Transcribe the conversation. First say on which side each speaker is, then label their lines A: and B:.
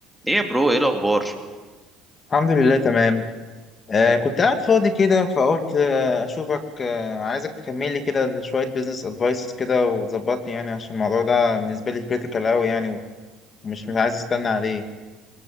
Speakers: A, in the centre; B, on the left.
A: ايه يا برو ايه الاخبار
B: الحمد لله تمام آه كنت قاعد فاضي كده فقلت آه أشوفك آه عايزك تكمل لي كده شوية بيزنس أدفايس كده وظبطني يعني عشان الموضوع ده بالنسبة لي كريتيكال أوي يعني ومش مش عايز أستنى عليه